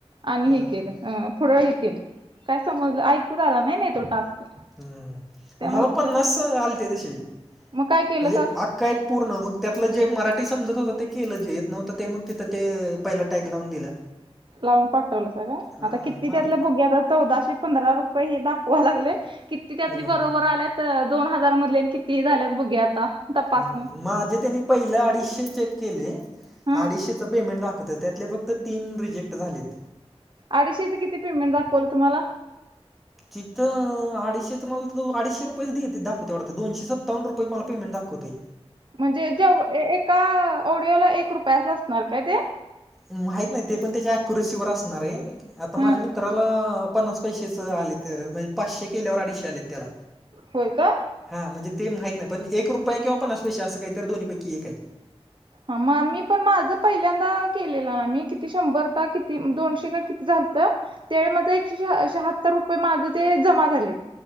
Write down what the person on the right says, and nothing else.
आणि
हे केलं. हां. पुढं हे केलं. काय समजलं? ऐकूच आला नाही ना तो टास्क.
त्यामुळे
तस
मग काय केलं
सा
लावून टाक पहिलं सगळ.
आता किती
त्यातल्या
भुग्या <unintelligible> चौदाशे पंधरा रुपये हे दाखवाय लागलेत. किती त्यातले
बरोबर आल्यात - त दोन हजार मधले किती झाल्यात हे बघ आता. तपासून
हा
अडीचशेचे किती पेमेंट दाखवल तुम्हाला?
म्हणजे जेव एका ऑडिओला एक रुपयाच असणार का ते?
ह
होय का?
हं. मग मी पण माझं पहिल्यांदा केलेलं मी. किती शंभर का किती दोनशे का किती झालतं - ते म ते एकशे श-शहात्तर रुपये माझे ते जमा झालेत.